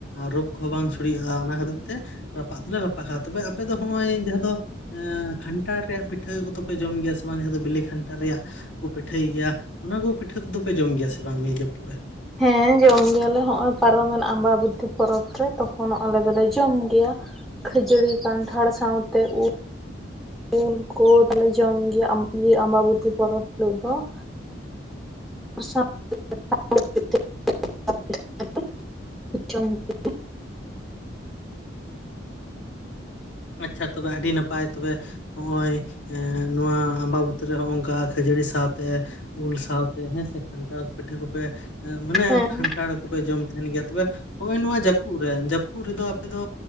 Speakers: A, on the left; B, in the centre.
A: ᱨᱳᱜᱽ ᱠᱚᱦᱚᱸ ᱵᱟᱝ ᱥᱲᱤᱭᱟᱹᱜᱼᱟ, ᱚᱱᱟ ᱠᱷᱟᱹᱛᱤᱨ ᱛᱮ ᱨᱟᱯᱟᱜ ᱫᱚᱞᱮ ᱨᱟᱯᱟᱜᱟ ᱛᱚᱵᱮ ᱟᱯᱮ ᱫᱚ ᱱᱚᱜᱼᱚᱭ ᱡᱟᱦᱟᱸ ᱫᱚ ᱠᱷᱟᱱᱴᱷᱟᱲ ᱨᱮᱭᱟᱜ ᱯᱤᱴᱷᱟᱹ ᱠᱚᱫᱚᱯᱮ ᱡᱚᱢ ᱜᱮᱭᱟ ᱥᱮ ᱵᱟᱝ? ᱡᱟᱦᱟᱸ ᱫᱚ ᱵᱤᱞᱤ ᱠᱷᱟᱱᱴᱷᱟᱲ ᱨᱮᱭᱟᱜ ᱠᱚ ᱯᱤᱴᱷᱟᱹᱭ ᱜᱮᱭᱟ᱾ ᱚᱱᱟ ᱠᱚ ᱯᱤᱴᱷᱟᱹ ᱠᱚᱫᱚ ᱯᱮ ᱡᱚᱢ ᱜᱮᱭᱟ ᱥᱮ ᱵᱟᱝ? ᱱᱤᱭᱟᱹ ᱡᱟᱹᱯᱩᱫ ᱨᱮ
B: ᱦᱮᱸ ᱡᱚᱢ ᱜᱮᱭᱟᱞᱮ ᱱᱚᱜᱼᱚᱭ ᱯᱟᱨᱚᱢᱮᱱ ᱟᱢᱵᱟᱵᱚᱛᱤ ᱯᱚᱨᱚᱵᱽ ᱨᱮ ᱛᱚᱠᱷᱚᱱ ᱟᱞᱮ ᱫᱚᱞᱮ ᱡᱚᱢ ᱜᱮᱭᱟ ᱾ ᱠᱷᱟᱹᱡᱟᱹᱲᱤ ᱠᱟᱱᱴᱷᱟᱲ ᱥᱟᱶᱛᱮ ᱩᱞ ᱾ ᱩᱞ ᱠᱚ ᱫᱚᱞᱮ ᱡᱚᱢ ᱜᱮᱭᱟ ᱟᱢᱵᱟᱵᱚᱛᱤ ᱯᱚᱨᱚᱵᱽ ᱦᱤᱞᱳᱜ ᱫᱚ ᱾ <inaudible>
A: ᱟᱪᱪᱷᱟ ᱛᱚᱵᱮ ᱟᱹᱰᱤ ᱱᱟᱯᱟᱭ ᱛᱚᱵᱮ ᱾ ᱦᱚᱸᱜᱼᱚᱭ ᱮᱸ ᱱᱚᱣᱟ ᱟᱢᱵᱟᱵᱩᱛᱤ ᱨᱮ ᱱᱚᱜᱼᱚᱝᱠᱟ ᱠᱷᱟᱹᱡᱟᱹᱲᱤ ᱥᱟᱶᱛᱮᱼᱼ ᱩᱞ ᱥᱟᱶᱛᱮ ᱦᱮᱸᱥᱮ ᱠᱷᱟᱱᱴᱷᱟᱲ ᱯᱤᱴᱷᱟᱹ ᱠᱚᱯᱮ ᱢᱟᱱᱮ
B: ᱦᱮᱸ
A: ᱠᱷᱟᱱᱴᱷᱟᱲ ᱠᱚᱯᱮ ᱡᱚᱢ ᱛᱟᱦᱮᱱ ᱜᱮᱭᱟ ᱛᱚᱵᱮᱼᱼ ᱦᱳᱭ ᱱᱚᱣᱟ ᱡᱟᱹᱯᱩᱫ ᱨᱮ ᱡᱟᱹᱯᱩᱫ ᱨᱮᱫᱚ ᱟᱯᱮ ᱫᱚ